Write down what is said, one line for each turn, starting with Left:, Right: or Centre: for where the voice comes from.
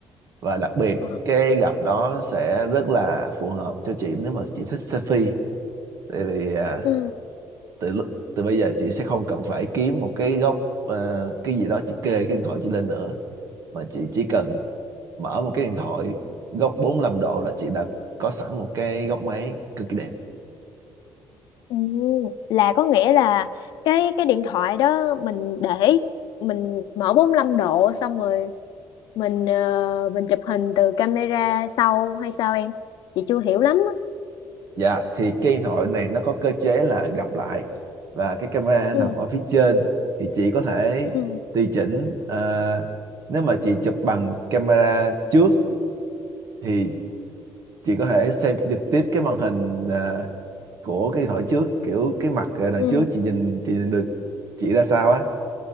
Right: và đặc biệt
Left: Ờ.
Right: cái gặp đó sẽ rất là phù hợp cho chị nếu mà chị thích selfie tại vì à,
Left: ừ
Right: từ lúc từ bây giờ chị sẽ không cần phải kiếm một cái góc ờ, cái gì đó chị kê cái điện thoại chị lên nữa mà chị chỉ cần mở một cái điện thoại góc 45 độ là chị đã có sẵn một cái góc máy cực kỳ đẹp
Left: ừ là có nghĩa là cái cái điện thoại đó mình để mình mở bốn lăm độ xong rồi mình ờ, mình chụp hình từ camera sau hay sao em chị chưa hiểu lắm á.
Right: dạ thì cái điện thoại này nó có cơ chế là gặp lại và cái camera
Left: ừ
Right: nằm ở phía trên thì chị có thể
Left: ừ
Right: tùy chỉnh ờ, nếu mà chị chụp bằng camera trước thì chị có thể xem trực tiếp cái màn hình à, của cái điện thoại trước kiểu cái mặt à, đằng
Left: ừ
Right: trước chị nhìn chị nhìn được chị ra sao á